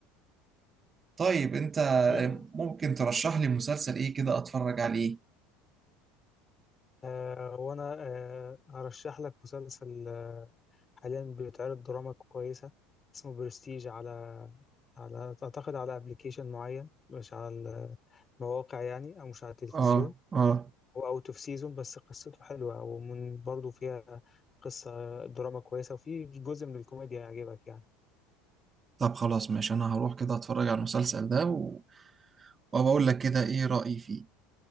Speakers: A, on the right; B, on the left.
A: طيب انت
B: لا
A: ممكن ترشح لي مسلسل ايه كده اتفرج عليه
B: آه وانا آه هرشح لك مسلسل آه حاليا بيتعرض دراما كويسه اسمه برستيج على على اعتقد على ابلكيشن معين مش على المواقع يعني او مش على التلفزيون
A: اه اه
B: هو اوت اوف سيزون بس قصته حلوه ومن برضه فيها قصه دراما كويسه وفي جزء من الكوميديا يعجبك يعني
A: طب خلاص ماشي انا هروح كده اتفرج على المسلسل ده و... وبقول لك كده ايه رأيي فيه